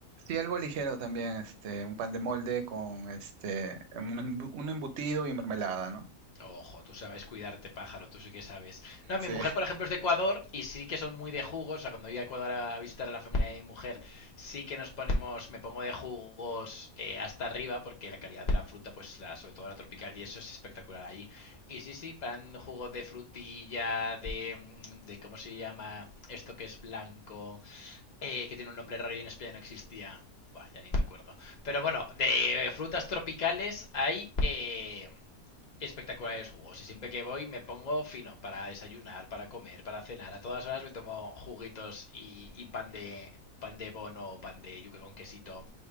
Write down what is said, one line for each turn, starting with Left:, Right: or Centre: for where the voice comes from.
Right: Sí, algo ligero también, este, un pan de molde con este, un, embu- un embutido y mermelada, ¿no?
Left: Ojo, tú sabes cuidarte, pájaro, tú sí que sabes. No, mi
Right: Sí,
Left: mujer, por ejemplo, es de Ecuador y sí que son muy de jugos. O sea, cuando voy a Ecuador a visitar a la familia de mi mujer, sí que nos ponemos, me pongo de jugos eh, hasta arriba, porque la calidad de la fruta, pues la, sobre todo la tropical y eso es espectacular allí. Y sí, sí, pan, jugo de frutilla, de, de ¿cómo se llama? Esto que es blanco. eh, que tiene un nombre raro y en España no existía. Buah, ya ni me acuerdo. Pero bueno, de eh, frutas tropicales hay eh, espectaculares jugos. Y siempre que voy me pongo fino para desayunar, para comer, para cenar. A todas horas me tomo juguitos y, y pan de pan de bono o pan de yuca con quesito.